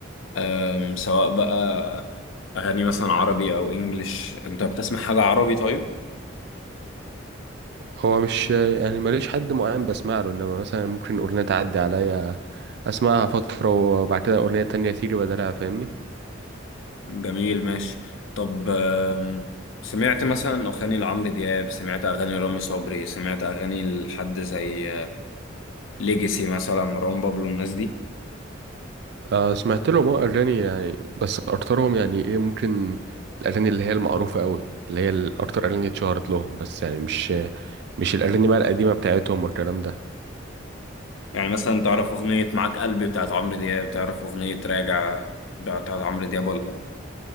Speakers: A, on the left; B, on the right.
A: أم، سواء بقى أغاني مثلا عربي أو إنجليش أنت بتسمع حاجة عربي طيب؟
B: هو مش يعني ماليش حد معين بسمع له انما مثلا ممكن اغنيه تعدي عليا اسمعها فتره وبعد كده اغنيه تانية تيجي بدلها فاهمني
A: جميل ماشي طب أم، سمعت مثلا أغاني لعمرو دياب سمعت أغاني رامي صبري سمعت أغاني لحد زي ليجيسي مثلا مروان بابلو الناس دي؟
B: أه سمعت لهم اه اغاني يعني بس اكترهم يعني ايه ممكن الاغاني اللي هي المعروفه قوي اللي هي الاكتر اغاني اتشهرت لهم بس يعني مش مش الاغاني بقى القديمه بتاعتهم والكلام ده
A: يعني مثلا تعرف أغنية معاك قلبي بتاعت عمرو دياب تعرف أغنية راجع بتاعت عمرو دياب ولا لأ؟